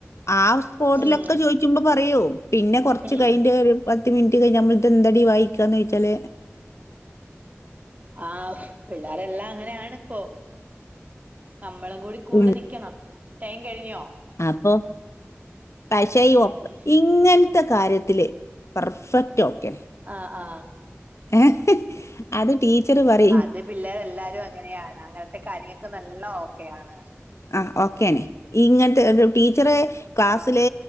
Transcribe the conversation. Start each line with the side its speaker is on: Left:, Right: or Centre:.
Left: ആ സ്പോട്ടിലൊക്കെ
Right: ഉം
Left: ചോയിച്ചുമ്പോ പറയും പിന്നെ കുറച്ച്
Right: ഉം
Left: കഴിഞ്ട്ട് ഒരു പത്ത് മിനിറ്റ് കഴിൽ നള ഇത് എന്തടി വായിക്കയന്ന് ച്ചോച്ചാൽ
Right: ആഹ് പിള്ളേരെല്ലാം അങ്ങനെയണ് ഇപ്പോ നമ്മളും കൂടി കൂടെ
Left: ഉം.
Right: നിക്കണം ടൈം കഴിഞ്ഞോ
Left: അപ്പൊ പശയും
Right: ഉം
Left: ഒ ഇങ്ങനത്തെ കാര്യത്തില് പെർഫെക്റ്റ് ഓക്കെ
Right: ആഹ് ആഹ്
Left: ഏഹ് അത് ടീച്ചർ പറിം
Right: അത് പിള്ളേരെ എല്ലാരും അങ്ങനെയാണ് അങ്ങനത്തെ കാര്യങ്ങക്കക്ക് നല്ല ഓക്കെയ ണ്
Left: ആഹ് ഓക്കേയാണ് ഇങ്ങനത്തെ ഒരു ടീച്ചറെ ക്ലാസ്സിലെ
Right: ആഹ്